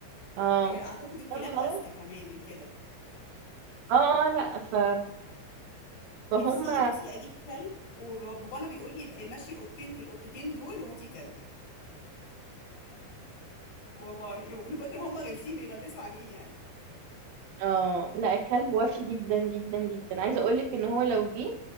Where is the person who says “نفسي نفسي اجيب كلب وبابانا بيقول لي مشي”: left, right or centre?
Left